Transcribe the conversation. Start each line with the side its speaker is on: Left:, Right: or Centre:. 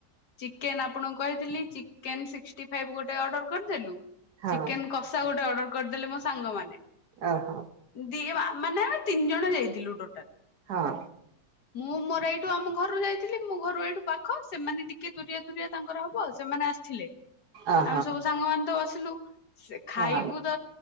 Left: ଚିକେନ ଆପଣଙ୍କୁ କହିଥିଲି ଚିକେନିକ ସିକସ୍ଟି ଫାଇଭ୍ ଗୋଟେ ଅର୍ଡର କରିଦେଲୁ।
Right: ହଁ
Left: ଚିକେନ କଷା ଗୋଟେ ଅର୍ଡର କରିଦେଲେ ମୋ ସାଙ୍ଗମାନେ।
Right: ଓହୋ
Left: ଦି ମାନେ ଆମେ ତିନି ଜଣ ଯାଇଥିଲୁ ଟୋଟାଲ।
Right: ହଁ।
Left: ମୁଁ ମୋର ଏଇଠୁ ଆମ ଘରୁ ଯାଇଥିଲି ମୁଁ ଘରୁ ଏଇଠୁ ପାଖ ସେମାନେ ଟିକେ ଦୁରିଆ ଦୁରିଆ ତାଙ୍କର ହବ ସେମାନେ ଆସିଥିଲେ।
Right: ଓହୋ
Left: ଆମେ ସବୁ ସାଙ୍ଗମାନେ ତ ବସିଲୁ ଖାଇବୁ
Right: ହଁ
Left: ତ